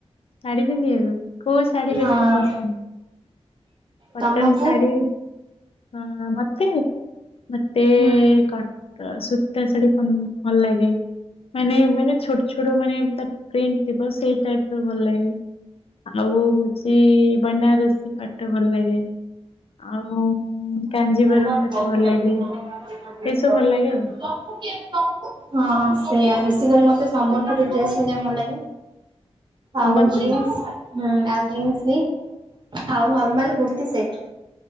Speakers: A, on the left (about 60°); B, on the right (about 45°).
A: ଶାଢୀ ପିନ୍ଧିଆକୁ, କୋଉ ଶାଢୀ
B: ହଁ
A: ବେଶୀ ପସନ୍ଦ? କଟନ୍
B: ତମକୁ?
A: ଶାଢ଼ୀ, ହଁ ମତେ? ମତେ
B: ହୁଁ।
A: କଟ ସୂତା ଶାଢୀ ପନ୍ ଭଲ ଲାଗେ, ମାନେ ମାନେ ଛୋଟ ଛୋଟ ମାନେ ତା ପ୍ରିଣ୍ଟ ଥିବ ସେଇ ଟାଇପର ଭଲ ଲାଗେ। ଆଉ ହଉଛି ବନାରସୀ ପାଟ ଟ ଭଲ ଲାଗେ। ଆଉ କାଞ୍ଜିବରମ
B: ମୁଁ ତ
A: ପାଟ ଭଲ
B: ତପୁ
A: ଲାଗେ
B: କିଏ ଯେ
A: ଏସବୁ
B: ହଁ
A: ଭଲ ଲାଗେ
B: ସେଇଆ।
A: ଆଉ
B: ବେଶୀ କରି ମତେ ସମ୍ବଲପୁରୀ ଡ୍ରେସ ପିନ୍ଧିବା ପାଇଁ ଭଲ ଲାଗେ।
A: ସମ୍ବଲପୁରୀ
B: ଆଉ ଜିନ୍ସ ହଁ, ଆଉ ଜିନ୍ସ ବି ଆଉ ନର୍ମାଲ କୁର୍ତ୍ତି ସେଟ।